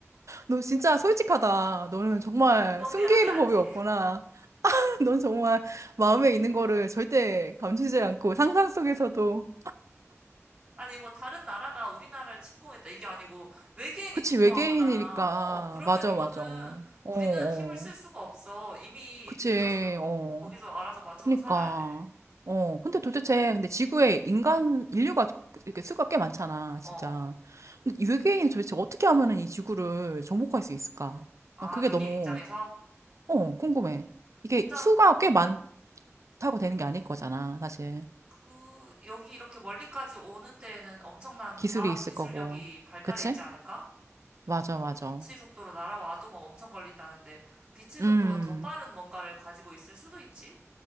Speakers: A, on the right (about 70°); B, on the right (about 20°).
A: 너 진짜 솔직하다. 너는 정말
B: 너무
A: 숨기는
B: 야비하지?
A: 법이 없구나. <laughs> 넌 정말 마음에 있는 거를 절대 감추지 않고 상상 속에서도.
B: 아니, 뭐, 다른 나라가 우리나라를 침공했다. 이게 아니고, 외계인이
A: 그치,
B: 침공한
A: 외계인이니까.
B: 거잖아. 어, 그러면
A: 맞아,
B: 이거는,
A: 맞아. 어, 어.
B: 우리는 힘을 쓸 수가 없어. 이미
A: 그치,
B: 늦었어.
A: 어.
B: 거기서 알아서 맞춰서
A: 그니까.
B: 살아야 돼.
A: 어, 근데 도대체, 근데 지구에 인간, 인류가 이렇게 수가 꽤 많잖아, 진짜.
B: 어.
A: 근데 이 외계인이 도대체 어떻게 하면은 이 지구를 정복할 수 있을까?
B: 아,
A: 난 그게
B: 외계인
A: 너무,
B: 입장에서?
A: 어, 궁금해. 이게
B: 일단,
A: 수가 꽤 많다고 되는 게 아닐 거잖아, 사실.
B: 그, 여기 이렇게 멀리까지 오는 데에는 엄청난
A: 기술이
B: 과학
A: 있을
B: 기술력이
A: 거고.
B: 발달해
A: 그치?
B: 있지 않을까?
A: 맞아, 맞아.
B: 빛의 속도로 날아와도 막 엄청 걸린다는데, 빛의
A: 음,
B: 속도보다 더 빠른 뭔가를 가지고 있을 수도 있지?